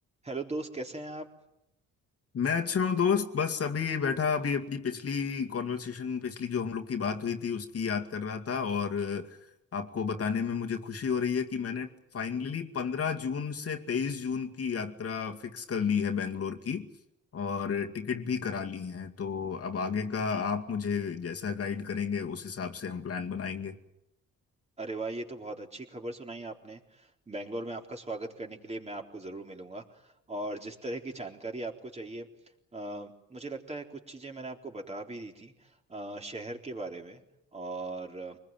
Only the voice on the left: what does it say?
मैं अच्छा हूँ दोस्त बस अभी बैठा अभी अपनी पिछली कॉन्वर्सेशन पिछली जो हम लोग की बात हुई थी उसकी याद कर रहा था और अ, आपको बताने में मुझे खुशी हो रही है कि मैंने फाइनली पंद्रह जून से तेईस जून की यात्रा फिक्स कर ली है बेंगलोर की और टिकट भी करा ली है तो अब आगे का आप मुझे जैसा गाइड करेंगे उस हिसाब से हम प्लान बनाएंगे